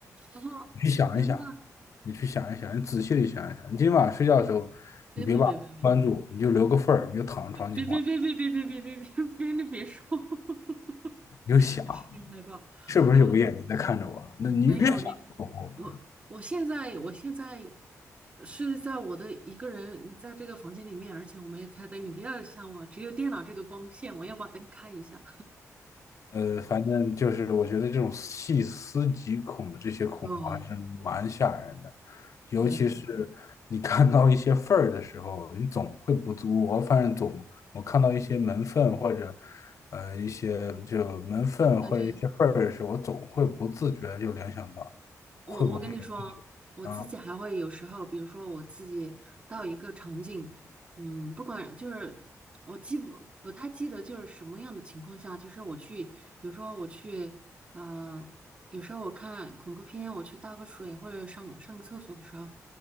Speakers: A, on the right (about 35°); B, on the left (about 60°).
A: 啊！
B: 你去想一想，
A: 天呐，
B: 你去想一想，你仔细的想一想。你今晚睡觉的时候，
A: 别别别别
B: 你别把门关住，你就留个缝儿，你就躺在床上，
A: 别别别别别别别别别别别你别说，
B: 你就往
A: <laughs>
B: 你就想，
A: 我是真害怕，
B: 是不是有个眼睛在看着我？
A: 因为我
B: 那你越想越恐怖。
A: 没有你别我现在我现在是在我的一个人在这个房间里面，而且我没有开灯，你不要像我，只有电脑这个光线，我要把灯开一下。
B: 呃，反正就是我觉得这种细思极恐的这些恐怖还是蛮吓人的，
A: 对
B: 尤其是你看到一些缝儿的时候，
A: 对，
B: 你总会不自我反正总我看到一些门缝或者呃一些就门缝或者一些缝儿的时候，
A: 感觉。
B: 我总会不自觉地就联想到
A: 我我跟你说，
B: 会不会。
A: 我自己还会有时候，
B: 啊？
A: 比如说我自己到一个场景，嗯，不管就是我记不不太记得就是什么样的情况下，就是我去，比如说我去，呃，有时候我看恐怖片，我去倒个水或者上上个厕所的时候，